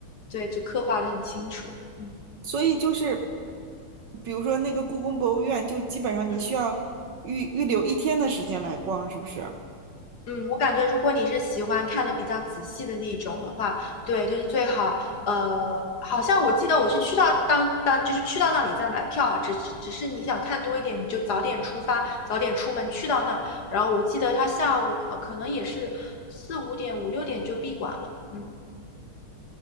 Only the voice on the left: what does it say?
对就刻画的很清楚，嗯
嗯。
嗯，我感觉如果你是喜欢看的比较仔细的那种的话，对，就是最好，呃，好像我记得我是去到当当，就是去到那里再买票啊，只是只是你想看多一点，你就早点出发，早点出门去到那儿。然后我记得他下午好可能也是四五点、五六点就闭馆了。嗯，